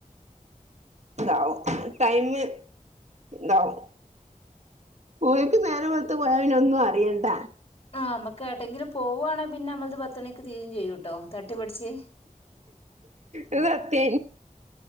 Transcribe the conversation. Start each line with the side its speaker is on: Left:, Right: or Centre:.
Right: ഇതാവും, ടൈമ് ഇതാവും. ഓല്ക്ക് നേരം വെളുത്ത് പോയ പിന്ന ഒന്നും അറിയണ്ട.
Left: ആഹ് അമ്മക്ക് എടെങ്കിലും പോവാണേ പിന്നെ നമ്മളത് പത്ത് മണിക്ക് തീരേം ചെയ്യൂട്ടോ തട്ടിപ്പെടച്ച്.
Right: അത് സത്യ.